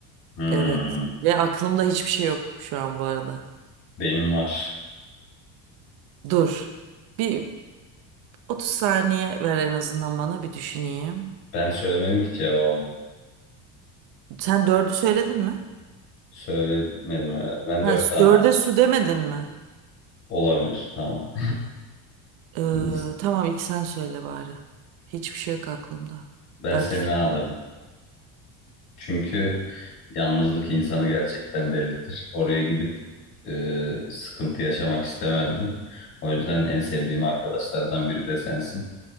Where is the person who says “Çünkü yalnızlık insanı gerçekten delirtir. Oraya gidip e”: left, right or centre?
Left